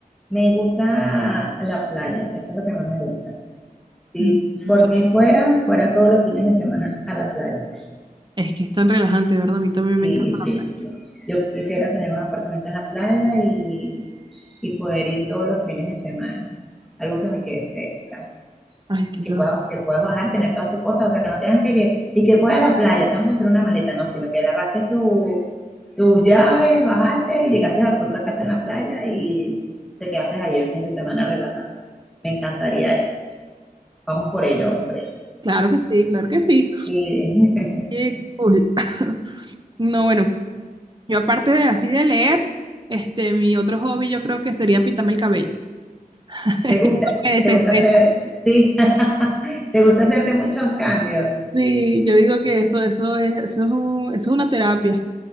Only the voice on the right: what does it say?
Mm,
o sea,
Es que es tan relajante, ¿verdad? A mí también
me encanta
la playa.
Ay, quizás.
Claro que sí, claro que sí.
Qué cool. <laughs> No, bueno, yo aparte de así de leer, este, mi otro hobby yo creo que sería pintarme el cabello. <laughs> Eso
me desestresa.
Sí, yo digo que eso, eso es, eso es un- eso es una terapia.